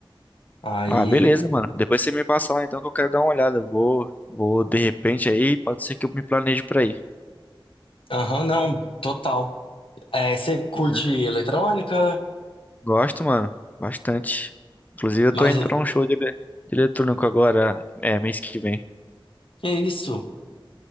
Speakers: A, on the left; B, on the left.
A: Aí,
B: Ah, beleza, mano. Depois você me passa lá então que eu quero dar uma olhada. Eu Vou, vou de repente aí, pode ser que eu me planeje pra ir.
A: aham, não, total. É, você curte
B: Uhum.
A: eletrônica?
B: Gosto, mano, bastante. Inclusive eu
A: Mas
B: tô indo pra um show de, ele- de eletrônico agora, é, mês que vem.
A: que isso?